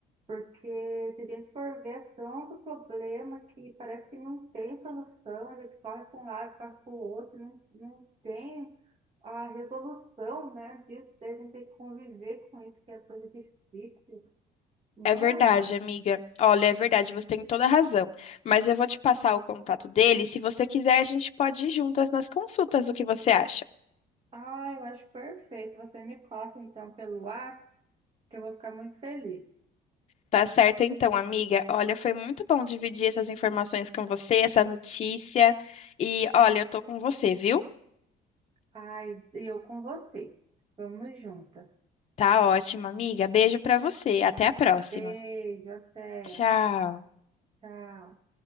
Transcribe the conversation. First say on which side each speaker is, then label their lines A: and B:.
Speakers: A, on the right; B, on the left.
A: Porque se a gente for ver é tanto problema que parece que não tem solução, a gente corre para um lado, corre para o outro, não, não tem a resolução, né, disso, daí a gente tem que conviver com isso, que é coisa difícil. Não
B: É verdade,
A: é fácil.
B: amiga. Olha, é verdade, você tem toda a razão. Mas eu vou te passar o contato dele. Se você quiser, a gente pode ir juntas nas consultas. O que você acha?
A: Ah, eu acho perfeito. Você me passa então pelo WhatsApp que eu vou ficar muito feliz.
B: Tá certo então, amiga. Olha, foi muito bom dividir essas informações com você, essa notícia. E olha, eu tô com você, viu?
A: Ai, e eu com você. Vamos juntas.
B: Tá ótimo, amiga. Beijo pra você. Até a próxima.
A: Beijo, até.
B: Tchau.
A: Tchau.